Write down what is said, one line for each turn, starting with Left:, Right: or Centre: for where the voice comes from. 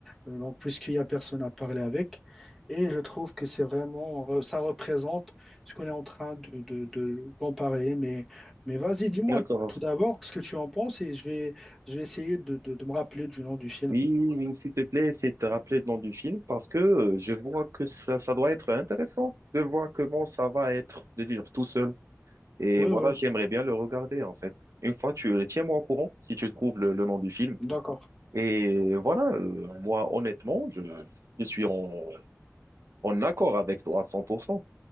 Centre: Euh, donc puisqu'il n'y a personne à parler avec. Et je trouve que c'est vraiment, euh, ça représente ce qu'on est en train de, de, de- d'en parler. Mais, mais vas-y, dis-moi
Right: d'accord.
Centre: tout d'abord ce que tu en penses et je vais, je vais essayer de, de, de me rappeler du nom du film.
Right: Oui, oui, s'il te plaît, essaie de te rappeler le nom du film parce que euh, je vois que ça, ça doit être intéressant de voir comment ça va être de vivre tout seul. Et
Centre: Oui,
Right: voilà,
Centre: oui,
Right: j'aimerais bien le regarder en fait. Une fois, tu tiens-moi au courant si tu trouves le, le nom du film.
Centre: d'accord.
Right: Et voilà, euh, moi, honnêtement, je, je suis en, en accord avec toi à 100%.